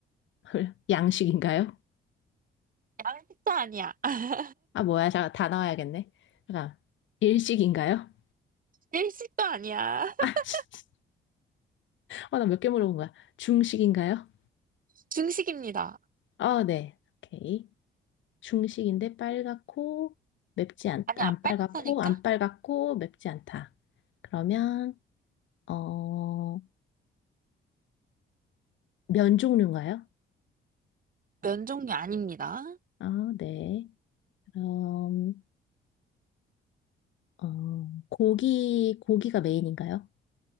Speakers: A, on the left; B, on the right.
A: <laughs> 양식인가요?
B: 양식도 아니야. <laughs>
A: 아, 뭐야. 잠깐, 다 나와야겠네. 잠깐, 일식인가요?
B: 일식도 아니야. <laughs>
A: 아, 씨. 어, 나몇 개 물어본 거야. 중식인가요?
B: 중식입니다.
A: 어, 네. 오케이. 중식인데 빨갛고 맵지 않,
B: 아니,
A: 안
B: 안 빨갛다니까?
A: 빨갛고 안 빨갛고 맵지 않다. 그러면 어, 면 종류인가요?
B: 면 종류 아닙니다.
A: 어, 네. 그럼 어, 고기 고기가 메인인가요?